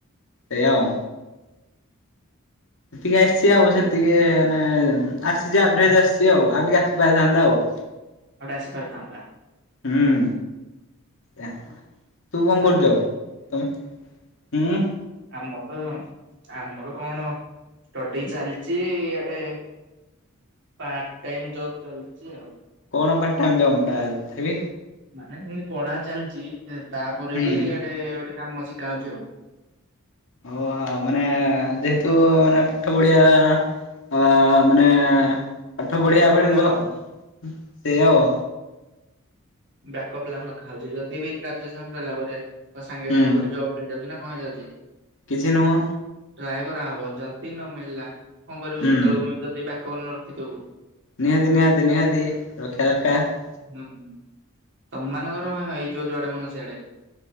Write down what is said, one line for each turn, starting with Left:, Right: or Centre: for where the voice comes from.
Left: ସେଇଆ ଆଉ। ସେତିକି ଆସିଛି ଆଉ
Right: ହଉ
Left: ସେତିକି ମାନେ ଆସିଛି ଆଭରେଜ
Right: ଆ
Left: ଆସିଛି। ଆଉ ଟିକେ ଆସି ପାରିଥାନ୍ତା ଆଉ।
Right: ଆଉ ଟିକେ ଆସିପାରିଥାନ୍ତା।
Left: ହୁଁ, ତୁ
Right: ଆଚ୍ଛା
Left: କଣ କରୁଚୁ? ତମ ହୁଁ,
Right: ଆମର ତ, ଆମର କଣ ଷ୍ଟଡି ଚାଲିଛି ଆଡେ ପାର୍ଟ ଟାଇମ ଜବ୍ ଚାଲିଛି ଆଉ।
Left: କଣ ପାର୍ଟ ଟାଇମ ଜବ ଟା ତଥାବି?
Right: ମାନେ ଏ ପଢା ଚାଲିଚି ତାପରେ
Left: ହୁଁ।
Right: ବି ଆଡେ ଗୋଟେ କାମ ଶିଖା ହଉଚି ଆଉ।
Left: ଓହୋ ମାନେ ଯେହେତୁ ମାନେ ପାଠ ପଢିଆ ଅ ମାନେ ପାଠ ପଢିଆ
Right: ବ୍ୟାକଅପ୍
Left: <unintelligible>
Right: ପ୍ଲାନ୍ ଆଉ
Left: ସେଇଆ ଆଉ।
Right: ବ୍ୟାକପ୍ ପ୍ଲାନ୍ ରଖାହଉଛି। ଯଦି ବି ଗ୍ରାଜୁଏସନ ସଇଲା ପରେ ବା ସାଙ୍ଗେ
Left: ହୁଁ
Right: ସାଙ୍ଗେ କୋଉଠି ଜବ୍ ମିଳିଯାଉଛି ନା କଣ ହେଇଯାଉଛି
Left: କିଛି ନୁହଁ?
Right: ଟ୍ରାଏ କରାହବ ଯଦି ନ ମିଳିଲା କଣ କରିବୁ
Left: ହୁଁ
Right: ସେତେବେଳକୁ ଯଦି ବ୍ୟାକପ ନରଖିଥିବୁ
Left: ନିହାତି, ନିହାତି, ନିହାତି ରଖିବା ଦରକାର।
Right: ହୁଁ। ତମ ମାନଙ୍କର କଣ ଏଇ ଯୋଉ ଯୁଆଡେ ମନ ସିଆଡେ।